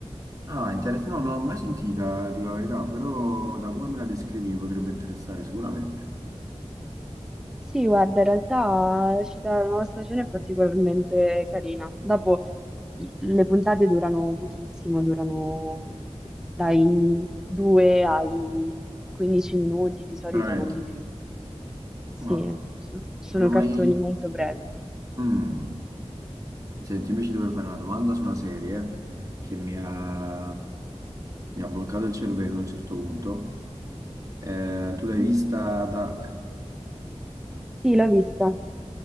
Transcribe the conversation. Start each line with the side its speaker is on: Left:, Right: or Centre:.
Right: Ah, interessante. No, non l'ho mai sentita, dico la verità, però da come me la descrivi mi potrebbe interessare sicuramente.
Centre: Sì, guarda, in realtà l'uscita della nuova stagione è particolarmente carina. Dopo i- le puntate durano pochissimo, durano dai 2 ai 15 minuti, di solito
Right: Veramente.
Centre: non di più. Sì,
Right: Ah,
Centre: so- sono
Right: non l'ho
Centre: cartoni
Right: mai...
Centre: molto brevi.
Right: Mm. Senti, invece dovevo fare una domanda su una serie che mi ha, mi ha bloccato il cervello a un certo punto. Eh, tu l'hai
Centre: Mhm.
Right: vista Dark?
Centre: Sì, l'ho vista.